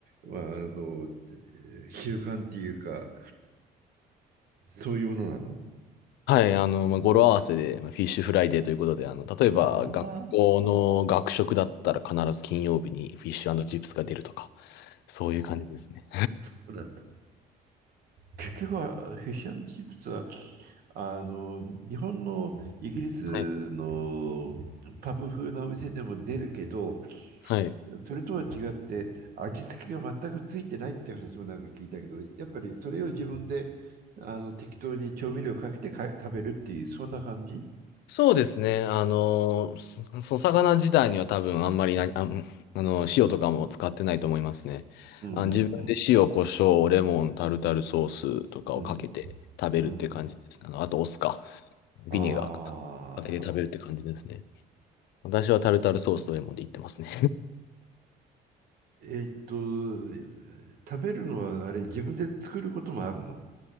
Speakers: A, on the right (about 60°); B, on the left (about 80°).
A: まあ、あの、えー習慣っていうか、そういうものなの
B: はい、あの、まあ、語呂合わせで、まあ、フィッシュフライデーということで、あの、例えば、
A: ああ、
B: 学校の学食だったら必ず金曜日にフィッシュチップスが出るとか、
A: そ
B: そういう感じですね。
A: そうなんだ。結局はフィッシュチップスはあの日本のイギリスのパブ風なお店でも出るけど
B: はい。はい。
A: それとは違って味付けが全くついてないって話もなんか聞いたけどやっぱりそれを自分であの適当に調味料かけてか食べるっていうそんな感じ
B: そうですね。あの、そその魚自体には多分あんまりな、あ、んあの、塩とかも使ってないと思いますね。
A: うんう
B: あ、自分で塩、
A: ん
B: 胡椒、レモン、タルタルソースとかをかけて食べるって感じですね。
A: うんうんうん
B: あの、あと、お酢か、ビネガーかけて食べるって感じですね。
A: ああー
B: 私はタルタルソースとレモンでいってますね。
A: えーっと食べるのはあれ自分で作ることもあるの